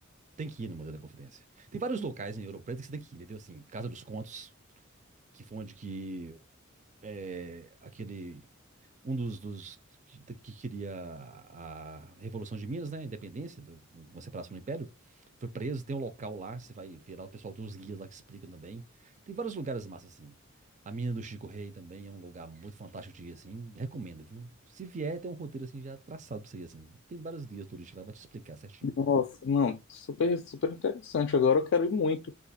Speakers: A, on the right; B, on the left.
A: Tem que ir no Museu da Inconfidência. Tem vários locais em Ouro Preto que você tem que ir, entendeu? Assim, Casa dos Contos, que foi onde que é, aquele um dos, dos que, que queria a Revolução de Minas, né? A independência, do, uma separação do Império, foi preso. Tem um local lá, você vai ver lá o pessoal dos guias lá que explicam também. Tem vários lugares massa assim. A mina do Chico Rei também é um lugar muito fantástico de ir, assim. Recomendo, viu? Se vier, tem um roteiro assim já traçado pra você ir, assim. Tem vários guias turísticos lá, vai te explicar certinho.
B: Nossa, não, super, super interessante. Agora eu quero ir muito.